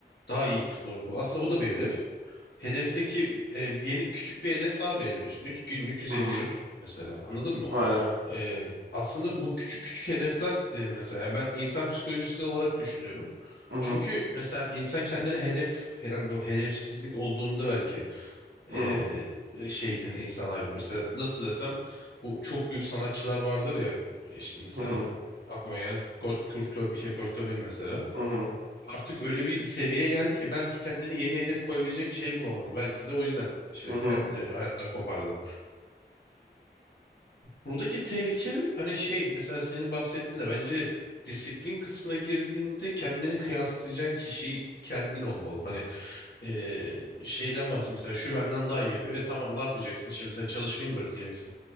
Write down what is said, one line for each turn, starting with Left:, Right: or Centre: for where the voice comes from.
Left: Daha iyi futbolcu. olmak- Aslında bu da bir hedef. Hedefteki e, bir yeni, küçük bir hedef daha belirliyorsun. Diyor ki Günlük 150
Right: Hı hı.
Left: şut mesela anladın mı?
Right: Aynen.
Left: Ee, aslında bu küçük küçük hedefler e, mesela yani ben insan psikolojisi olarak düşünüyorum.
Right: Hı hı.
Left: Çünkü mesela insan kendine hedef yani bu hedefsizlik olduğunda belki e,
Right: Hı hı.
Left: şey hani insan ayrı mesela nasıl desem bu çok büyük sanatçılar vardır ya E, işte mesela
Right: Hı hı.
Left: aklıma gelen Kurt, Kurt, Cob- şey, Kurt Cobain mesela
Right: Hı hı.
Left: artık öyle bir seviyeye geldi ki belki kendine yeni hedef koyabilecek şey bulamadı. Belki de o yüzden işte
Right: Hı hı.
Left: kendini hayattan kopardı. Buradaki tehlike hani şey mesela senin bahsettiğinde bence disiplin kısmına girdiğinde kendini kıyaslayacağın kişi kendin olmalı. Hani eee, şeyden bahsediyorum mesela şu benden daha iyi yapıyor. E tamam ne yapacaksın şimdi sen çalışmayı mı bırakacaksın?